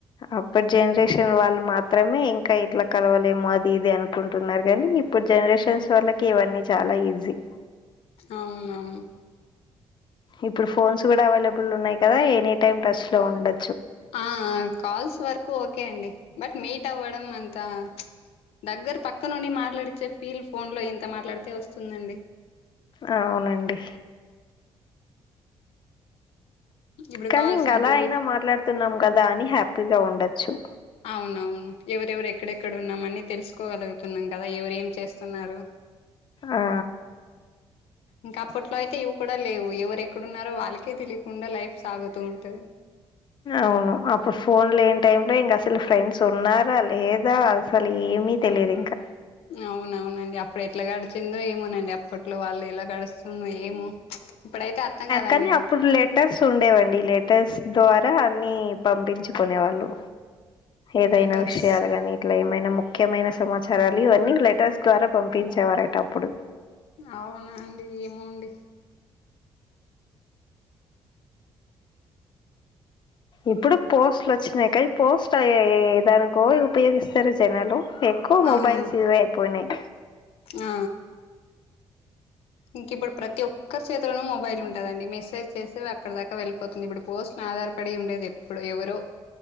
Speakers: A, on the left (about 50°); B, on the left (about 80°).
A: అప్పటి జనరేషన్ వాళ్లు మాత్రమే ఇంకా ఇట్లా కలువలేము అది ఇది అనుకుంటున్నారు గాని ఇప్పుడు జనరేషన్స్ వాళ్లకి ఇవన్నీ చాలా ఈజీ
B: అవునవును
A: ఇప్పుడు ఫోన్స్ కూడా అవైలబుల్ ఉన్నాయి కదా ఎనీ టైమ్ టచ్ లో ఉండో
B: ఆ ఆ కాల్స్ వరకు ఓకే అండి బట్ మీట్ అవ్వడం అంతా దగ్గర పక్కనుండి మాట్లాడిచే ఫీల్ ఫోన్ లో ఎంత మాట్లాడితే వస్తుందండి
A: ఆ అవునండి
B: ఇప్పుడు
A: కానీ
B: కాల్స్
A: ఇంగా
B: అంటూ
A: అలా అయినా మాట్లాడుతున్నాం కదా అని హ్యాపీగా ఉండొచ్చు
B: అవునవును ఎవరెవరు ఎక్కడెక్కడ ఉన్నాం అని తెలుసుకోగలుగుతున్నాం కదా ఎవరేం చేస్తున్నారు
A: ఆ
B: ఇంకా అప్పట్లో అయితే ఇవి కూడా లేవు ఎవరు ఎక్కడున్నారో వాళ్లకే తెలియకుండా లైఫ్ సాగుతూ ఉంటది
A: అవును అప్పుడు ఫోన్ లేని టైం లో ఇంక అసలు ఫ్రెండ్స్ ఉన్నారా లేదా అసలు ఏం మీ తెలియదు ఇంకా
B: అవునవునండి అప్పుడు ఎట్లా గడిచిందో ఏమోనండి అప్పట్లో వాళ్లు ఎలా గడుస్తుందో ఏమో ఇప్పుడైతే అర్థం కాదండి
A: కనీ
B: మనకి
A: అప్పుడు లెటర్స్ ఉండేవండి లెటర్స్ ద్వార్ గా అన్ని పంపించుకునే వాళ్లు ఏదైనా
B: లెటర్స్
A: విషయాలు గానీ ఇట్లా ఏమైనా మొ ఖ్యమైన సమాచారాలు ఇవన్నీ లెటర్స్ ద్వారా పంపించేవారట అప్పుడు
B: అవునా అండి ఏమోండి
A: ఇప్పుడు పోస్ట్లు వచ్చినయి గ ఈ పోస్ట్ ఏదానికో ఉపయోగిస్తరు జనాలు ఎక్కువ మొబైల్స్
B: అవును
A: ఇవే అయిపోయినయి
B: ఆ ఇంకిప్పుడు ప్రతి ఒక్కరి చేతిలోనూ మొబైల్ ఉంటదండి మెసేజ్ చేస్తే అది అక్కడ దాకా వెళ్ళిపోతుంది ఇప్పుడు పోస్ట్ ఆధారపడి ఉండేది ఎప్పుడో ఎవరో